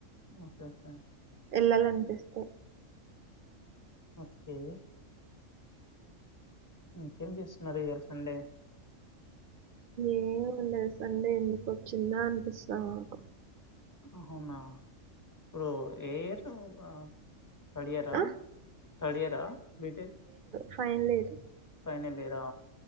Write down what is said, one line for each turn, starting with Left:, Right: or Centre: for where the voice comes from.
Left: ఓకే ఓకే
Right: వెళ్ళాల అనిపిస్తాయి
Left: ఓకే ఇంకేం చేస్తున్నారు ఇయ్యాల సండే
Right: ఏం ఉండదు సండే ఎందుకు వచ్చిందా అనిపిస్తాది నాకు
Left: అహావునా ఇప్పుడు ఏ ఇయర్ <unintelligible> తడియరా
Right: ఆ
Left: తడియరా బీటెక్
Right: ఫైనల్ ఇయర్
Left: ఫైనల్ ఇయరా